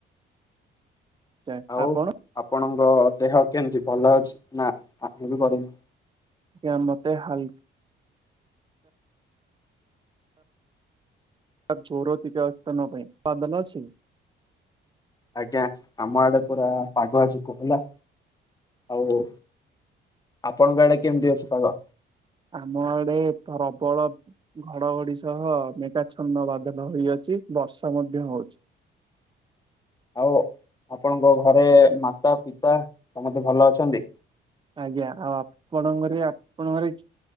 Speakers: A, on the right; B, on the left.
A: ଏଯାଏଁ
B: ଆଉ
A: ଆପଣ?
B: ଆପଣଙ୍କ ଦେହ କେମିତି ଭଲ ଅଛି ନାଁ ଆମ ବି କରିନୁ
A: <unintelligible> ମତେ ହାଲ ତା ଚୋର ଟିକ ଅତନ ପାଇଁ ପାଦଲ ଅଛି।
B: ଆଜ୍ଞା, ଆମ ଆଡେ ପୁରା ପାଗ ଆଜିକୁ ହେଲା ଆଉ ଆପଣଙ୍କ ଆଡେ କେମିତି ଅଛି ପାଗ?
A: ଆମ ଆଡେ ପ୍ରବଳ ଘଡଘଡି ସହ ମେଘାଛନ୍ନ ବାଦଲ ହେଇଅଛି ବର୍ଷା ମଧ୍ୟ ହଉଚି।
B: ଆଉ ଆପଣଙ୍କ ଘରେ ମାତା ପିତା ସମସ୍ତେ ଭଲ ଅଛନ୍ତି।
A: ଆଜ୍ଞା, ଆଉ ଆପଣଙ୍କରେ ଆପଣଙ୍କରେ